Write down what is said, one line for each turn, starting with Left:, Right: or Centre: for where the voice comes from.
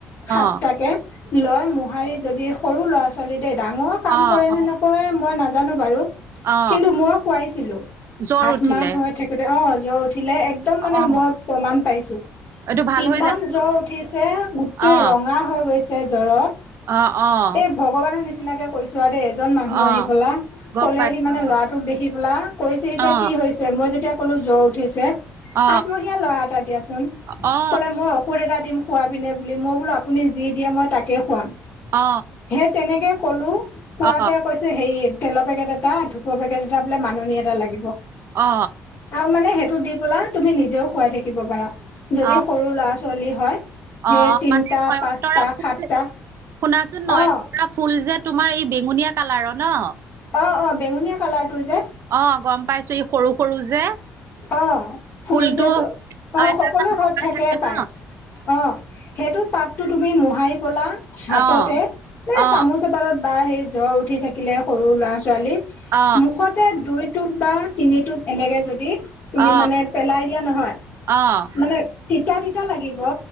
Right: অ
Left: সাতটাকে
Right: অ
Left: লৈ মোহাৰি যদি সৰু ল'ৰা ছোৱালী দেই ডাঙৰৰ কাম
Right: অ অ
Left: কৰে
Right: অ
Left: নে নকৰে মই নাজানো বাৰু।
Right: অ
Left: কিন্তু মই খোৱাইছিলো,
Right: জ্বৰ
Left: আঠমাহ
Right: উঠিলে
Left: হৈ থাকোতে অ জ্বৰ উঠিলে এক একদম মানে
Right: অ
Left: মই প্ৰমাণ পাইছো।
Right: এইটো ভাল
Left: কিমান
Right: হৈ যায় ন
Left: জ্বৰ উঠিছে গোটে
Right: অ
Left: ৰঙা হৈ গৈছে জ্বৰত।
Right: অ অ
Left: এ ভগৱানৰ নিচিনাকে কৈছো আৰু দে এজন মানুহ
Right: অ
Left: আহি পেলা,
Right: গম
Left: ক'লেহি
Right: পাইছো
Left: মানে ল'ৰাটোক দেখি পেলা কৈছেহি
Right: অ
Left: যে কি হৈছে মই যেতিয়া কলো জ্বৰ উঠিছে
Right: অ
Left: আঠমহীয়া ল'ৰা এটা দিয়া চোন
Right: অ অ
Left: কলে মই অ ঔষধ এটা দিম খোৱাবিনে বুলি, মই বোলো আপুনি যি দিয়ে মই তাকে খোৱাম।
Right: অ
Left: সেই তেনেকে কলো কোৱাতে
Right: অ
Left: কৈ ছে সেই তেলৰ পেকেট এটা, ধুপৰ পেকেট এটা বোলে মাননি এটা লাগিব।
Right: অ
Left: আৰু মানে সেইটো দি পেলা তুমি নিজেও খোৱাই থাকিব পাৰা। যদি
Right: অ
Left: সৰু ল'ৰা ছোৱালী হয় সেয়ে
Right: অ
Left: তিনিটা,
Right: মানে নয়নতৰা
Left: পাঁচটা,
Right: ফুল
Left: সাতটা
Right: শুনাচোন নয়নতৰা
Left: অ
Right: ফুল যে তোমাৰ এই বেঙুনীয়া কালাৰৰ ন।
Left: অ অ বেঙুনীয়া কালাৰটো যে
Right: অ গম পাইছো ই সৰু সৰু যে।
Left: অ ফুল
Right: ফুলটো
Left: যে চ অ
Right: এটা
Left: সকলোৱে
Right: এটা
Left: ঘৰত
Right: বগা
Left: থাকে পায়
Right: ন
Left: অ সেইটো পাতটো তুমি মোহাৰি পেলা হাততে,
Right: অ
Left: এ
Right: অ অ
Left: চামুচ পাতত বা সেই জ্বৰ উঠি থাকিলে সৰু ল'ৰা-ছোৱালী
Right: অ অ
Left: মুখতে দুই টোপ বা তিনিটোপ এনেকে যদি তুমি
Right: অ
Left: মানে পেলাই দিয়া নহয়
Right: অ অ
Left: মানে তিতা তিতা লাগিব